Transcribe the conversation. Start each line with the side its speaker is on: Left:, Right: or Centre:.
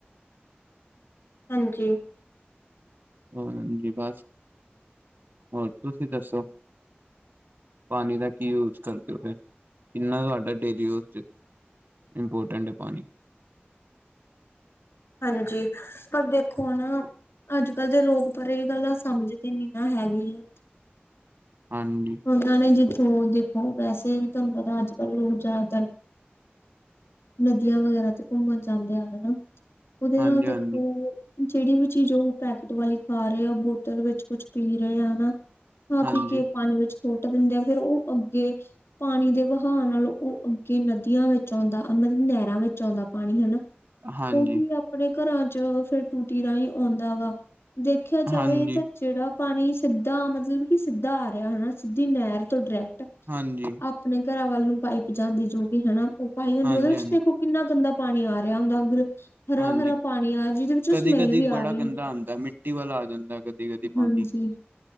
Left: ਹਾਂਜੀ।
Right: ਹਾਂਜੀ ਬਸ ਹੋਰ ਤੁਸੀਂ ਦੱਸੋ? ਪਾਨੀ ਦਾ ਕੀ ਯੂਜ ਕਰਦੇ ਹੋ ਫੇਰ ਕਿੰਨਾ ਤੁਹਾਡਾ ਡੇਲੀ ਯੂਜ ਚ। ਇੰਪੋਰਟੈਂਟ ਏ ਪਾਨੀ।
Left: ਹਾਂਜੀ ਪਰ ਦੇਖੋ ਹੁਣ ਅੱਜ ਕੱਲ ਦੇ ਲੋਕ ਪਰ ਏ ਗੱਲਾਂ ਸਮਝਦੇ ਨੀ ਨਾ ਹੈਗੇ ਜੀ।
Right: ਹਾਂਜੀ।
Left: ਉਨਾਂ ਨੇ ਜਿੱਥੋਂ ਦੇਖੋ ਵੈਸੇ ਵੀ ਤੁਹਾਨੂੰ ਪਤਾ ਅੱਜ ਕੱਲ ਲੋਕ ਜਾਦਾਤਰ ਨਦੀਆਂ ਵਗੈਰਾ ਤੇ ਘੁੰਮਣ ਜਾਂਦੇ ਆ ਹਨਾ ਉਦੇ
Right: ਹਾਂਜੀ
Left: ਨਾਲ ਦੇਖੋ
Right: ਹਾਂਜੀ
Left: ਜੇੜੀ ਵੀ ਚੀਜ਼ ਉਹ ਪੈਕਟ ਵਾਲੀ ਖਾ ਰਹੇ ਆ ਬੋਤਲ ਵਿੱਚ ਕੁਛ ਪੀ ਰਹੇ ਆਨਾ। ਖਾ
Right: ਹਾਂਜੀ
Left: ਪੀ ਕੇ ਪਾਨੀ ਵਿੱਚ ਸੁੱਟ ਦਿੰਦੇ ਆ ਫੇਰ ਉਹ ਅੱਗੇ ਪਾਨੀ ਦੇ ਵਹਾਅ ਨਾਲ ਉਹ ਅੱਗੇ ਨਦੀਆਂ ਵਿੱਚ ਆਉਂਦਾ ਉਨਾਂ ਦੀ ਨਹਿਰਾਂ ਵਿੱਚ ਆਉਂਦਾ ਪਾਨੀ ਹਨਾ।
Right: ਹਾਂਜੀ
Left: ਉਹੀ ਆਪਣੇ ਘਰਾਂ ਚ ਫਿਰ ਟੂਟੀ ਰਾਹੀਂ ਆਉਂਦਾ ਵਾ ਦੇਖਿਆ ਜਾਵੇ
Right: ਹਾਂਜੀ
Left: ਇਹ ਤਾਂ ਜੇੜਾ ਪਾਨੀ ਸਿੱਧਾ ਮਤਲਬ ਕਿ ਸਿੱਧਾ ਆ ਰਿਆ ਹਨਾ ਸਿੱਧੀ ਨੇਰ ਤੋਂ ਡਾਇਰੈਕਟ
Right: ਹਾਂਜੀ ਹਾਂਜੀ
Left: ਅਪਣੇ ਘਰਾਂ ਵੱਲ ਨੂੰ ਪਾਈਪ ਜਾਂਦੀ ਜੋ ਕਿ ਹਨਾ ਉਹ ਪਾਈ ਹੁੰਦੀ
Right: ਹਾਂਜੀ
Left: ਉਦੇ ਵਿੱਚ ਦੇਖੋ ਕਿੰਨਾ ਗੰਦਾ ਪਾਣੀ ਆ ਰਿਆ ਹੁੰਦਾ ਅਗਰ ਹਰਾ-ਹਰਾ
Right: ਹਾਂਜੀ
Left: ਪਾਨੀ ਆ ਜਿਦੇ ਵਿੱਚ
Right: ਕਦੀ
Left: ਉਹ ਸਮੈਲ
Right: ਕਦੀ
Left: ਵੀ ਆ
Right: ਬੜਾ
Left: ਰਹੀ ਹੁੰਦੀ
Right: ਗੰਦਾ ਆਉਂਦਾ
Left: ਆ।
Right: ਮਿੱਟੀ ਵਾਲਾ ਆ ਜਾਂਦਾ ਕਦੀ ਕਦੀ ਪਾਣੀ
Left: ਹਾਂਜੀ